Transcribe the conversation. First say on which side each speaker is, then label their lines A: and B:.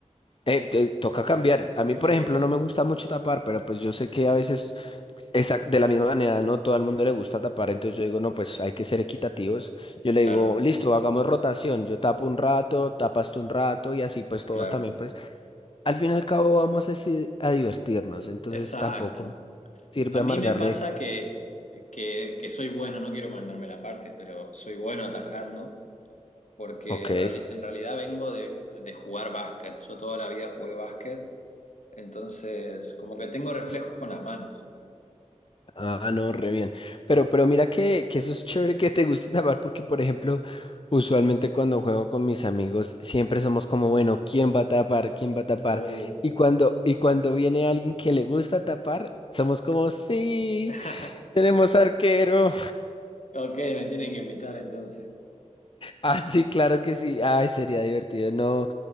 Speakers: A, on the left; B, on the left.
A: Eh, te- toca cambiar. A mí, por
B: Sí,
A: ejemplo, no me gusta mucho tapar, pero pues yo sé que a veces esa- de la misma manera no todo el mundo le gusta tapar, entonces yo digo, no, pues hay que ser equitativos. Yo le
B: claro,
A: digo, listo, hagamos rotación. Yo tapo un rato, tapas tú un rato y así pues todos
B: claro.
A: también pues al fin y al cabo vamos a, sí, a divertirnos, entonces
B: Exacto.
A: tampoco. sirve
B: A mí
A: amargarle.
B: me pasa que, que, que soy bueno, no quiero mandarme la parte, pero soy bueno atajando, porque
A: Ok.
B: en, reali- en realidad vengo de, de jugar básquet. Yo toda la vida jugué básquet, entonces como que tengo reflejos
A: pues,
B: con las manos.
A: Ah, no, re bien. Pero, pero mira que, que eso es chévere que te guste tapar porque, por ejemplo, usualmente cuando juego con mis amigos, siempre somos como, bueno, ¿quién va a tapar? ¿Quién va a tapar?
B: Oh.
A: Y cuando, y cuando viene alguien que le gusta tapar, somos como, sí,
B: <laughs>
A: tenemos arquero.
B: Ok, me tienen que invitar entonces.
A: Ah, sí, claro que sí. Ay, sería divertido. No,